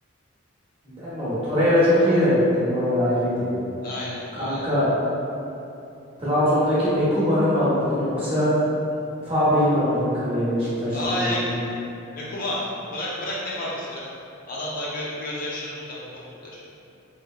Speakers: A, on the right; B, on the left.
A: Dembaba. Torreira çok iyi de Dembaba da ayrıydı ya.
B: Aynen.
A: Kanka
B: Aynen.
A: Trabzon'daki Ekuban'ı mı alırdın yoksa
B: Hı.
A: Fabri'yi mi alırdın kaleye Beşiktaş'ta
B: Ay,
A: bir dönem?
B: e, Kuban. Bırak bırak ne fabrisi bırak. Adam da gö gözyaşlarını tutamıyor top tutacak.